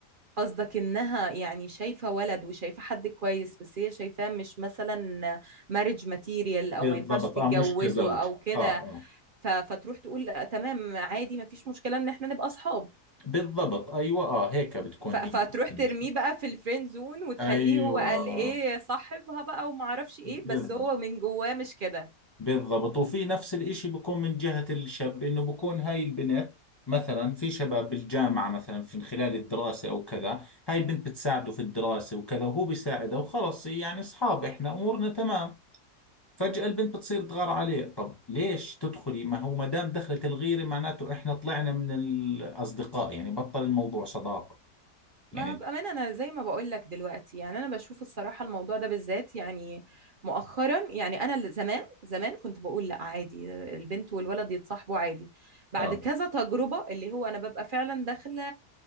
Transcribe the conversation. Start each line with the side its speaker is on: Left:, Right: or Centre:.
Right: قصدك انها يعني شايفة ولد وشايفة حد كويس بس هي شايفاه مش مثلا marriage material
Left: بالضبط
Right: او ما ينفعش تتجوزه
Left: اه مش كزوج
Right: او كده
Left: اه اه
Right: ف... فتروح تقول لأ، تمام عادي ما فيش مشكلة ان احنا نبقى اصحاب
Left: بالضبط ايوه اه هيك بتكون
Right: ف... فتروح
Left: هي المشكلة
Right: ترميه بقى في الفريند زون وتخليه
Left: ايوه
Right: هو قال ايه صاحبها بقى وما اعرفش ايه
Left: بالضبط
Right: بس هو من جواه مش كده
Left: بالضبط وفي نفس الاشي بكون من جهة الشاب انه بكون هاي البنت مثلا في شباب بالجامعة مثلا في خلال الدراسة او كذا هاي البنت بتساعده في الدراسة وكذا وهو بيساعدها وخلص يعني اصحاب احنا امورنا تمام فجأة البنت بتصير تغار عليه طب ليش تدخلي ما هو ما دام دخلت الغيرة معناته احنا طلعنا من الاصدقاء يعني بطل الموضوع صداقة
Right: ما
Left: يعني
Right: بأمانة أنا زي ما بقول لك دلوقتي يعني أنا بشوف الصراحة الموضوع ده بالذات يعني مؤخرا يعني أنا ل- زمان زمان كنت بقول لا عادي البنت والولد يتصاحبوا عادي بعد
Left: اه
Right: كذا تجربة اللي هو أنا ببقى فعلا داخلة